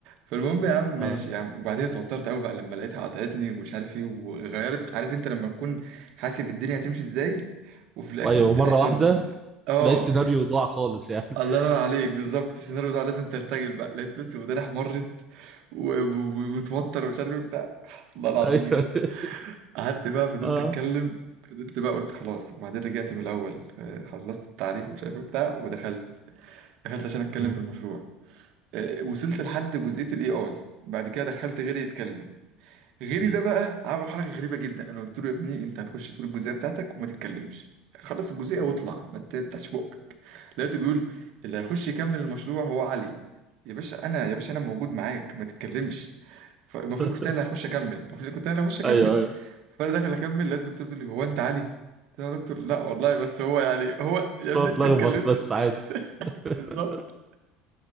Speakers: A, on the right; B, on the right.
A: فالمهم يا عم
B: اه
A: ماشي يا عم وبعدين اتوترت قوي بقى لما لقيتها قطعتني ومش عارف ايه وغيرت عارف انت لما تكون حاسب الدنيا هتمشي ازاي وفي الاخر
B: وايوه
A: تحصل
B: ومره واحده
A: اه
B: تلاقي السيناريو ضاع خالص يعني
A: الله ينور عليك
B: <laughs>
A: بالظبط السيناريو ده لازم ترتجل بقى لقيت نفسي وداني احمرت و- و- ومتوتر ومش عارف ايه وبتاع <laughs> والله العظيم
B: ايوه
A: بجد
B: أيوة.
A: قعدت بقى فضلت
B: اه
A: اتكلم فضلت بقى قلت خلاص وبعدين رجعت من الاول آه، خلصت التعريف ومش عارف إيه وبتاع ودخلت دخلت عشان اتكلم
B: مم.
A: في المشروع آه، وصلت لحد جزئيه الاي اي بعد كده دخلت غيري يتكلم غيري
B: مم.
A: ده بقى عمل حركه غريبه جدا انا قلت له يا ابني انت هتخش تقول الجزئيه بتاعتك وما تتكلمش خلص الجزئيه واطلع ما تفتحش بقك لقيته بيقول اللي هيخش يكمل المشروع هو علي يا باشا انا يا باشا انا موجود معاك ما تتكلمش فالمفروض
B: <laughs>
A: كنت انا اللي هخش اكمل المفروض كنت انا اللي هخش اكمل
B: ايوه ايوه
A: فانا داخل اكمل لقيت الدكتور بتقول لي هو انت علي قلت له يا دكتور لا والله بس هو يعني هو يا
B: صوت
A: ابني انت
B: لخبط
A: اتكلمت
B: بس عادي
A: <laughs>
B: <laughs>
A: بالظبط